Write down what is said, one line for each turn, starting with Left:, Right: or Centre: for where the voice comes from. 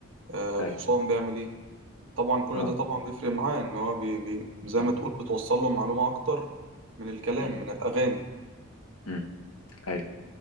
Right: آه الحصان
Left: أيوه
Right: بيعمل ايه طبعا كل
Left: أه
Right: ده طبعا بيفرق معاه ان هو بي بي زي
Left: أيوه
Right: ما تقول بتوصل له معلومه اكتر من الكلام
Left: مم.
Right: من الاغاني
Left: مم، أيوه